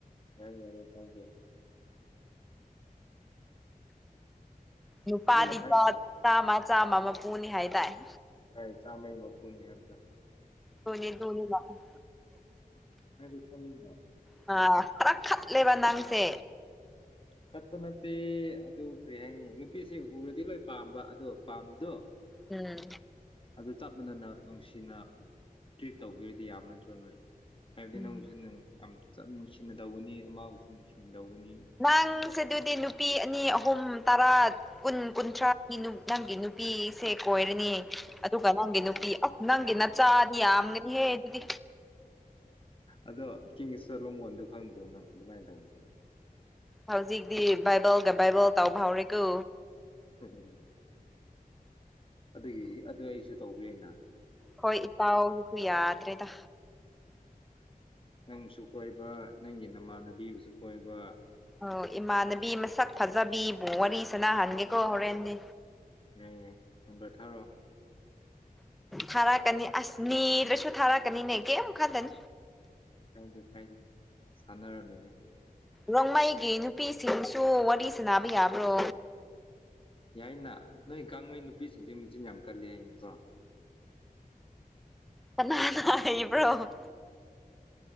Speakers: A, on the left (about 35°); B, in the centre.
A: ꯌꯥꯏ ꯌꯥꯏ ꯀꯥꯏꯗ‌ꯦ
B: ꯅꯨꯄꯥꯗꯤ
A: ꯃꯤꯅ ꯐꯥꯏ
B: <unintelligible> ꯆꯥꯃ ꯆꯥꯃ ꯃꯥꯄꯨꯅꯤ ꯍꯥꯏꯗꯥꯏ
A: ꯍꯣꯏ ꯆꯥꯝꯃꯩ ꯃꯄꯨꯅꯤ ꯍꯥꯏꯕꯗ‌ꯣ
B: ꯗꯨꯅꯤ ꯗꯨꯅꯤ ꯂꯥꯛꯑꯣ
A: ꯅꯪꯁꯨ ꯈꯪꯉꯤꯅ
B: ꯑ ꯈꯔ ꯈꯠꯂꯦꯕ ꯅꯪꯁꯦ
A: ꯈꯠꯄ ꯅꯠꯇꯦ ꯑꯗꯨ ꯀꯔꯤ ꯍꯥꯏꯅꯤ ꯅꯨꯄꯤꯁꯤ ꯎꯔꯗꯤ ꯂꯣꯏ ꯄꯥꯝꯕ ꯑꯗꯣ ꯄꯥꯝꯕꯗꯣ
B: ꯎꯝ
A: ꯑꯗꯨ ꯆꯞ ꯃꯥꯟꯅꯅ ꯅꯨꯡꯁꯤꯅ ꯇ꯭ꯔꯤꯠ ꯇꯧꯕꯤꯔꯗꯤ ꯌꯥꯕ ꯅꯠꯇ꯭ꯔꯣ ꯅꯣꯏ ꯍꯥꯏꯕꯗꯤ
B: ꯎꯝ
A: ꯅꯪꯕꯨꯁꯨ ꯅꯪ ꯌꯥꯝ ꯆꯝꯅ ꯅꯨꯡꯁꯤꯅꯗꯧꯕꯅꯤ ꯑꯃꯕꯨꯁꯨ ꯅꯨꯡꯁꯤꯅꯗꯧꯕꯅꯤ
B: ꯅꯪꯁꯦ ꯑꯗꯨꯗꯤ ꯅꯨꯄꯤ ꯑꯅꯤ ꯑꯍꯨꯝ ꯇꯔꯥ ꯀꯨꯟ ꯀꯨꯟꯊ꯭ꯔꯥꯒꯤ <unintelligible> ꯅꯪꯒꯤ ꯅꯨꯄꯤꯁꯦ ꯀꯣꯏꯔꯅꯤ ꯑꯗꯨꯒ ꯅꯪꯒꯤ ꯅꯨꯄꯤ ꯑ ꯅꯪꯒꯤ ꯅꯆꯥꯗꯤ ꯌꯥꯝꯒꯅꯤꯍꯦ ꯑꯗꯨꯗꯤ
A: ꯑꯗꯣ ꯀ ꯏꯁꯇꯣꯂꯣ ꯃꯣꯟꯗꯣ ꯈꯪꯗ꯭ꯔꯣ ꯅꯪ ꯑꯗꯨꯃꯥꯏꯅ ꯇꯧꯕꯗꯣ
B: ꯍꯧꯖꯤꯛꯇꯤ ꯕꯥꯏꯕꯜꯒ ꯕꯥꯏꯕꯜ ꯇꯥꯎꯕ ꯍꯧꯔꯦꯀꯣ
A: ꯎꯝ ꯑꯗꯨꯒꯤ ꯑꯗꯨ ꯑꯩꯁꯨ ꯇꯧꯕ ꯑꯩꯅ
B: ꯍꯣꯏ ꯏꯇꯥꯎꯒꯤꯁꯨ ꯌꯥꯗ꯭ꯔꯦꯗ
A: ꯅꯪꯁꯨ ꯀꯣꯏꯕ ꯅꯪꯒꯤ ꯅꯃꯥꯟꯅꯕꯤꯕꯨꯁꯨ ꯀꯣꯏꯕ
B: ꯑꯣ ꯏꯃꯥꯟꯅꯕꯤ ꯃꯁꯛ ꯐꯖꯕꯤꯕꯨ ꯋꯥꯔꯤ ꯁꯅꯍꯟꯒꯦꯀꯣ ꯍꯣꯔꯦꯟꯗꯤ
A: ꯌꯥ ꯅꯝꯕꯔ ꯊꯥꯔꯣꯑꯣ
B: ꯊꯥꯔꯛꯀꯅꯤ ꯑꯁ ꯅꯤꯔꯁꯨ ꯊꯥꯔꯛꯀꯅꯤꯅꯦ ꯀꯦ ꯑꯃꯨꯛꯀꯟꯗꯟ
A: ꯀꯥꯏꯗꯦ ꯀꯥꯏꯗꯦ ꯁꯅꯔ ꯂꯣꯏꯔ‌ꯦ
B: ꯔꯣꯡꯃꯩꯒꯤ ꯅꯨꯄꯤꯁꯤꯡꯁꯨ ꯋꯥꯔꯤ ꯁꯥꯅꯕ ꯌꯥꯕ꯭ꯔꯣ
A: ꯌꯥꯏꯅ ꯅꯣꯏ ꯒꯥꯡꯃꯩ ꯅꯨꯄꯤꯁꯤꯡꯁꯦ ꯃꯆꯤꯟ ꯌꯥꯝ ꯀꯜꯂꯦ ꯍꯥꯏꯅꯤꯀꯣ
B: ꯀꯅꯥꯅꯥ ꯍꯥꯏꯕ꯭ꯔꯣ